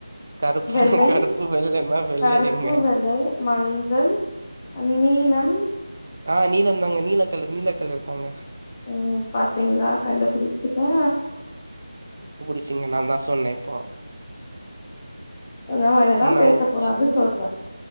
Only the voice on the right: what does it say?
கருப்புன்னா
கருப்பு வெள்ளன்னா வெள்ளையங்க
ஆ நீலந்தாங்க நீல கலர் நீல த்தங்க எடுத்தாங்க
ச்சிங்க நாதா சொன்னே இப்போ
ந்னாச்சு